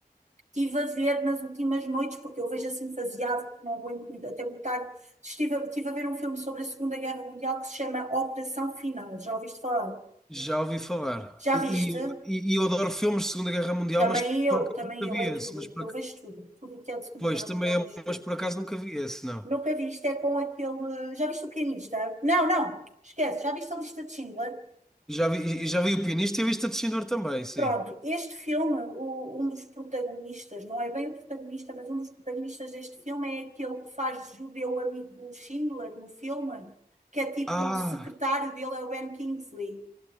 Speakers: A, on the right; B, in the centre.
A: Estive a ver nas últimas noites, porque eu vejo assim faseado, porque não aguento muito, até muito tarde. Estive a, estive a ver um filme sobre a Segunda Guerra Mundial que se chama Operação Final. Já ouviste falar?
B: Já ouvi falar.
A: Já
B: E,
A: viste?
B: e, e e eu adoro filmes de Segunda Guerra Mundial,
A: Também
B: mas por
A: eu,
B: acaso
A: também
B: nunca
A: eu,
B: vi
A: é
B: esse.
A: tudo.
B: Mas por,
A: Eu
B: ac-
A: vejo tudo. Tudo o que é da Segunda
B: pois,
A: Guerra
B: também
A: Mundial, vejo
B: é,
A: tudo.
B: mas por acaso nunca vi esse, não.
A: Nunca viste, é com aquele. Já viste o pianista? Não, não, esquece. Já viste a lista de Schindler?
B: Já vi, já vi o pianista e a Vista de Schindler também, sim.
A: Pronto, este filme, o- um dos protagonistas, não é bem o protagonista, mas um dos protagonistas deste filme é aquele que faz de judeu amigo do Schindler no filme, que é tipo
B: Ah,
A: o secretário dele, é o Ben Kingsley.